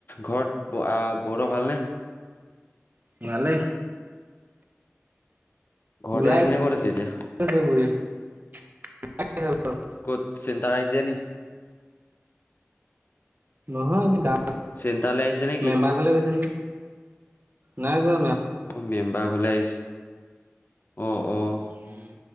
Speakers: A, on the left; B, on the right.
A: ঘৰত বৌহতৰ ভালনে?
B: ভালেই।
A: ঘৰতে
B: ওলাই
A: আছে নে কত আছে এতিয়া?
B: গৈছে বুঢ়ী <unintelligible>
A: ক'ত চিন্তা আহিছে নি?
B: নহয় এনেই গা
A: চেণ্টাৰলৈ আহিছে নেকি
B: মেম্বাৰঘলে গৈছে নেকি? নাই যোৱা মে
A: অ মেম্বাৰ ঘলে আহিছে। অ। অ
B: উম